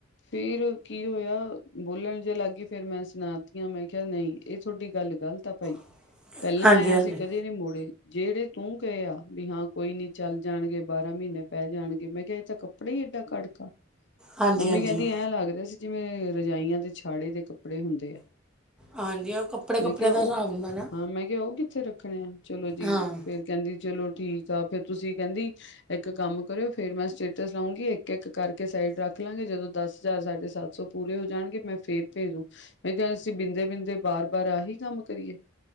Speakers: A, on the left; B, in the centre.
A: ਫੇਰ ਕੀ ਹੋਇਆ ਬੋਲਣ ਜੇ ਲੱਗ ਗਈ ਫੇਰ ਮੈਂ ਸੁਣਾਤੀਆ ਮੈਂ ਕਿਹਾ ਨਈ। ਇਹ ਤੁਹਾਡੀ ਗੱਲ ਗੱਲਤ ਆ ਭਾਈ
B: <inaudible>
A: ਪਹਿਲਾਂ ਆਏ ਆ
B: ਹਾਂਜੀ
A: ਅਸੀ ਕਦੇ ਨੀ ਮੋੜੇ ਜਿਹੜੇ ਤੂੰ ਕਏ ਆ ਵੀ ਹਾਂ ਕੋਈ ਨੀ ਚੱਲ ਜਾਣਗੇ ਬਾਰਾਂ ਮਹੀਨੇ ਪੈ ਜਾਣਗੇ ਮੈਂ ਗਏ ਤਾਂ ਕੱਪੜੇ ਹੀ ਏਡਾ ਕੱੜਤਾ,
B: ਹਾਂਜੀ
A: ਮੰਮੀ
B: ਹਾਂਜੀ
A: ਕਹਿੰਦੀ ਐਂ ਲੱਗਦਾ ਸੀ। ਜਿਵੇਂ ਰਜਾਈਆਂ ਦੇ ਛਾੜੇ ਦੇ ਕੱਪੜੇ ਹੁੰਦੇ ਐ।
B: ਹਾਂਜੀ ਉਹ ਕੱਪੜੇ ਕੱਪੜੇ
A: ਮੈਂ ਕੇਆ
B: ਦਾ
A: ਓ
B: ਹਿਸਾਬ ਹੁੰਦਾ ਨਾ
A: ਹਾਂ ਮੈਂ ਕੇਆ ਓ ਕਿੱਥੇ ਰੱਖਣੇ ਆ ਚਲੋ ਜੀ
B: ਹਾਂ
A: ਫੇਰ ਕੈਂਦੀ ਚਲੋ ਠੀਕ ਆ ਫੇਰ ਤੁਸੀਂ ਕੈਂਦੀ ਏਕ ਕੰਮ ਕਰਿਓ ਫੇਰ ਮੈਂ ਸਟੇਟਸ ਲਾਂਊਂਗੀ ਏਕ ਏਕ ਕਰਕੇ ਸਾਈਡ ਰੱਖ ਲਾਂਗੇ ਜਦੋਂ ਦਸ ਹਜ਼ਾਰ ਸਾਢੇ ਸੱਤ ਸੌ ਪੂਰੇ ਹੋ ਜਾਣਗੇ ਮੈਂ ਫੇਰ ਭੇਜੂੰ ਮੈਂ ਕੇਆ ਅਸੀ ਬਿੰਦੇ, ਬਿੰਦੇ ਬਾਰ, ਬਾਰ ਆਹੀ ਕੰਮ ਕਰੀਏ।